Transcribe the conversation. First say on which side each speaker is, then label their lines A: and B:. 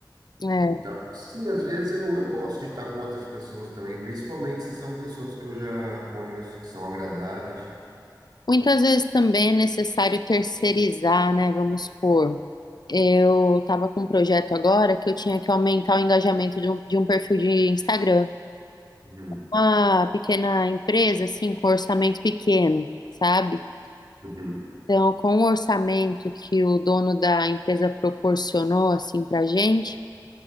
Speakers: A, on the left; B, on the right.
A: É.
B: Então, sim, às vezes eu, eu gosto de estar com outras pessoas também, principalmente se são pessoas que eu já conheço, que são agradáveis.
A: Muitas vezes também é necessário terceirizar, né? Vamos supor, eu estava com um projeto agora que eu tinha que aumentar o engajamento de um, de um perfil de Instagram.
B: Uhum,
A: uma pequena empresa, assim, com orçamento pequeno, sabe?
B: uhum.
A: Então, com o orçamento que o dono da empresa proporcionou, assim, pra gente,